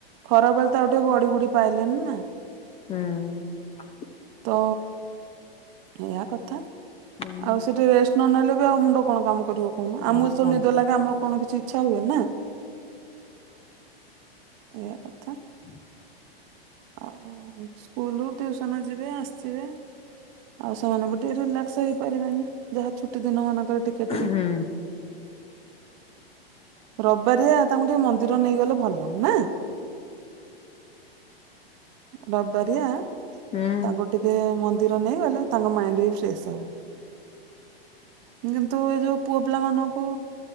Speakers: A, on the right (about 40°); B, on the left (about 20°).
A: ଖରା ବେଳେ ତ ଆଉ ଟିକେ ଗଡି ଗୁଡି ପାଇଲେନି ନା?
B: ହୁଁ।
A: ତ ଏଇଆ କଥା
B: ହୁଁ
A: ଆଉ ସେଠି ରେଷ୍ଟ ନ ନେଲେ ବି ଆଉ ମୁଣ୍ଡ କଣ କାମ କରିଵ। କରିବ କହୁନୁ ଆମକୁ
B: ଆଉ
A: ଯେତେବେଳେ
B: କଣ
A: ନିଦ ଲାଗେ ଆମର କଣ କିଛି ଇଛା ହୁଏ ନା? ଏଇଆ କଥା।
B: <inaudible>
A: ଆଉ ସ୍କୁଲୁ ଟିଉସନ ଯିବେ ଆସିବେ। ଆଉ ସେମାନଙ୍କୁ ଟିକେ ରିଲାକ୍ସ ହେଇପାରିବେନି ଯାହା ଛୁଟି ଦିନ ମାନ ର ଟିକେ ଟିକେ।
B: ହୁଁ
A: ରବାରିଆ ତାଙ୍କୁ ଟିକେ ମନ୍ଦିର ନେଇଗଲେ ଭଲ ନା। ରବାରିଆ
B: ହୁଁ।
A: ତାଙ୍କୁ ଟିକେ ମନ୍ଦି ର ନେଇ ଗଲେ ତାଙ୍କ ମାଇଣ୍ଡ ବି ଫ୍ରେଶ ହବ। କିନ୍ତୁ ଏଇ ଯୋଉ ପୁଅ ପିଲା ମାନଙ୍କୁ